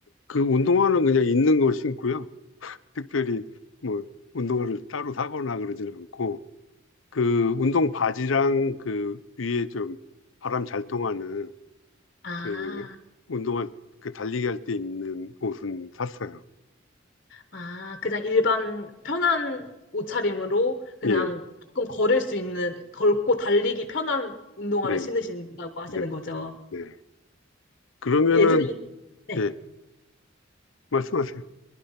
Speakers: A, on the left (about 80°); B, on the left (about 45°).
A: 그 운동화는 그냥 있는 거 신고요. 특별히 뭐 운동화를 따로 사거나 그러진 않고 그 운동 바지랑 그 위에 좀 바람 잘 통하는
B: 아,
A: 그 운동화 그 달리기 할 때 입는 옷은 샀어요.
B: 아, 그냥 일반 편한 옷차림으로 그냥
A: 예.
B: 조금 걸을 수 있는, 걸고 달리기 편한 운동화를
A: 네.
B: 신으신다고 하시는
A: 네.
B: 거죠.
A: 네. 그러면은
B: 예전에, 이- 네.
A: 예. 말씀하세요.